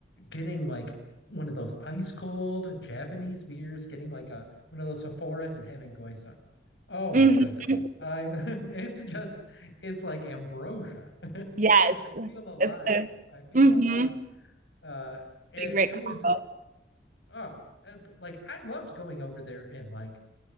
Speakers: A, on the left; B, on the right.
A: getting like one of those ice cold Japanese beers, getting like a one of those Sephoras and having goisa. Oh my
B: hmm
A: goodness. I <laughs> it's just it's like ambrosia.
B: Yes.
A: I feel alive.
B: It's a,
A: I feel
B: mhm.
A: alive. Uh it
B: a great
A: it was
B: combo.
A: uh like I loved going over there and like